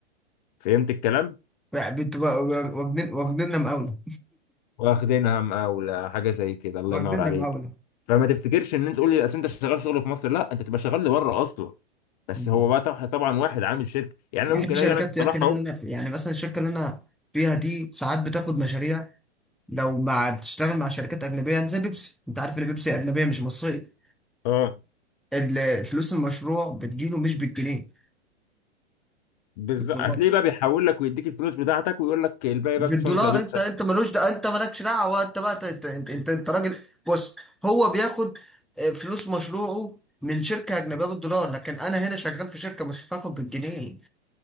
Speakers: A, on the left; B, in the centre.
A: فهمت الكلام
B: يعني بتبقى واخدين واخديننا مقاوله
A: واخدينها مقاولة حاجه زي
B: <laughs>
A: كده الله
B: واخديننا
A: ينور عليك
B: مقاوله
A: فما تفتكرش ان انت تقول لي اصل انت شغال شغل في مصر لا انت تبقى شغال لبره اصلا بس
B: مم.
A: هو بقى طبعا طبعاً واحد عامل شركه يعني
B: يعني
A: انا ممكن
B: في شركات
A: اجي انا كصلاح
B: يا اخي لا
A: اهو
B: لا لا في- يعني مثلا الشركه اللي انا فيها دي ساعات بتاخد مشاريع لو مع بتشتغل مع شركات أجنبية زي بيبسي أنت عارف إن بيبسي أجنبية مش مصرية
A: اه
B: ال- الفلوس المشروع بتجيله مش بالجنيه
A: بالظبط
B: بالدولار
A: هتلاقيه بقى بيحول لك ويديك الفلوس بتاعتك ويقول لك الباقي
B: بالدولار
A: بقى كل سنه وانت طيبين
B: أنت أنت ملوش ده أنت مالكش دعوة أنت بقى ت- أنت أنت أنت, أنت راجل بص هو بياخد آه، فلوس مشروعه من شركة أجنبية بالدولار لكن أنا هنا شغال في شركة مش هاخد بالجنيه